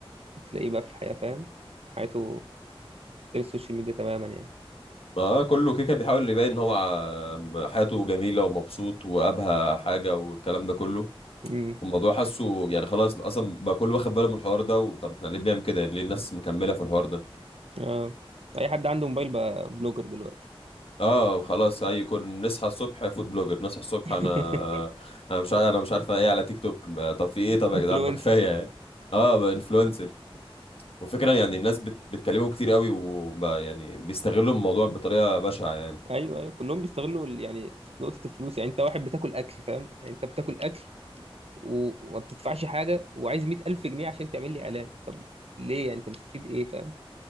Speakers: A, on the right; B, on the left.
A: تلاقيه بقى في الحياه فاهم حياته غير السوشيال ميديا تماما يعني
B: اه كله كيكه بيحاول يبين ان هو ع- حياته جميله ومبسوط وابهى حاجه والكلام ده كله
A: امم
B: الموضوع حاسه يعني خلاص بقى اصلا بقى كله واخد باله من الحوار ده و- طب احنا ليه بنعمل كده يعني ليه الناس مكمله في الحوار ده
A: اه اي حد عنده موبايل بقى بلوجر دلوقتي
B: اه خلاص اي كون نصحى الصبح فود بلوجر نصحى الصبح
A: <laughs>
B: انا انا مش عارف انا مش عارفه ايه على تيك توك ما- طب في ايه طب يا
A: انفلونسر
B: جدعان ما كفايه يعني اه انفلونسر وفكرة يعني الناس بت... بتكلمهم كتير قوي وبقى يعني بيستغلوا الموضوع بطريقه بشعه يعني
A: ايوه ايوه كلهم بيستغلوا ال- يعني نقطه الفلوس يعني انت واحد بتاكل اكل فاهم يعني انت بتاكل اكل و- وما بتدفعش حاجة وعايز مية ألف جنيه عشان تعمل لي إعلان طب ليه يعني أنت مستفيد إيه فاهم